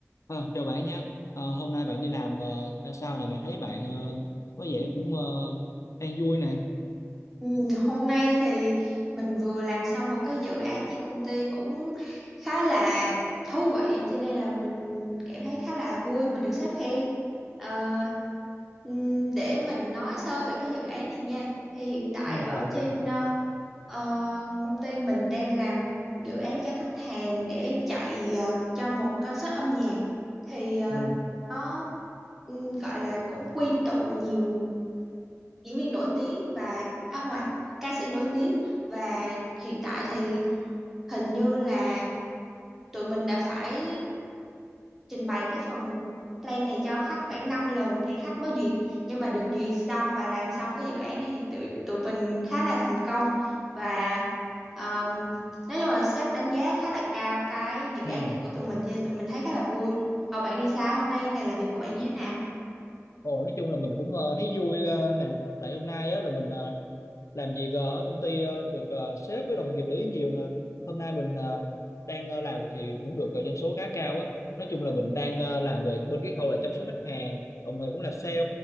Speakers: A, on the left (about 75°); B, in the centre.
A: Ờ, chào bạn nha. Ờ, hôm nay bạn đi làm ờ, ra sao nè mà thấy bạn ờ, có vẻ cũng ờ, đang vui nè.
B: Ừ, hôm nay thì mình vừa làm xong một cái dự án trên công ty cũng khá là thú vị cho nên là mình cảm thấy khá là vui mình được sếp khen Ờ, ừm, để mình nói sơ về cái dự án này nha thì hiện tại
A: Ừ,
B: ở
A: dạ
B: trên
A: vâng.
B: ờ, ờ, công ty mình đang làm một dự án cho khách hàng để chạy ờ, cho một concert âm nhạc thì ờ,
A: ừ.
B: nó ừm, gọi là cũng quy tụ nhiều diễn viên nổi tiếng và ông ngoại ca sĩ nổi tiếng và hiện tại thì hình như là tụi mình đã phải trình bày cái phần plan này cho khách khoảng 5 lần thì khách mới duyệt nhưng mà được duyệt xong và làm xong cái dự án này thì tụi tụi mình khá là thành công và um, nói chung là sếp đánh giá khá là cao cái dự
A: ừ.
B: án này của tụi mình cho nên tụi mình thấy khá là vui còn bạn đi sao hôm nay ngày làm việc của bạn như thế nào
A: Ồ, nói chung là mình cũng ờ, thấy vui ờ, nè tại hôm nay á, là mình ờ, làm việc ờ, ở công ty ờ, được ờ, sếp với đồng nghiệp để ý nhiều nè hôm nay mình ờ, đang ờ, làm thì cũng được ờ, doanh số khá cao á nói chung là mình đang ờ, làm về bên cái khâu là chăm sóc khách hàng đồng thời cũng là sale